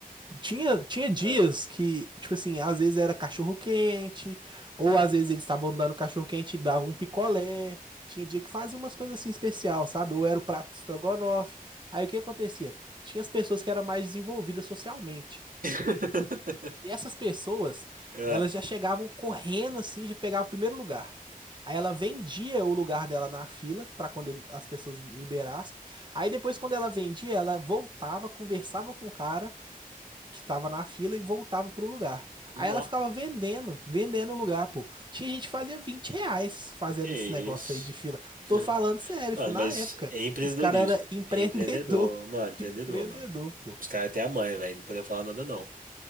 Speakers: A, on the right; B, on the right.
A: Tinha, tinha dias
B: Ah,
A: que, tipo assim, às vezes era cachorro-quente, ou
B: ah,
A: às vezes eles estavam dando cachorro-quente e davam um picolé. Tinha dia que fazia umas coisas assim especial, sabe? Ou era o prato de estrogonofe. Aí o que acontecia? Tinha as pessoas que eram mais desenvolvidas socialmente.
B: <laughs>
A: E essas pessoas,
B: ah.
A: elas já chegavam correndo assim, já pegavam o primeiro lugar. Aí ela vendia o lugar dela na fila para quando ele- as pessoas liberassem. Aí depois, quando ela vendia, ela voltava, conversava com o cara que tava na fila e voltava pro lugar.
B: Nó,
A: Aí ela ficava vendendo, vendendo o lugar, pô. Tinha gente que fazia 20 reais fazendo
B: que
A: esse negócio
B: isso.
A: aí de fila.
B: <laughs>
A: Tô falando sério,
B: Mano,
A: filho.
B: mas
A: Na época,
B: é empreendedorismo.
A: os caras eram empreendedor.
B: É empreendedor, mano, empreendedor,
A: <laughs> Empreendedor,
B: mano.
A: pô.
B: Os caras até a mãe, velho. Não podia falar nada, não.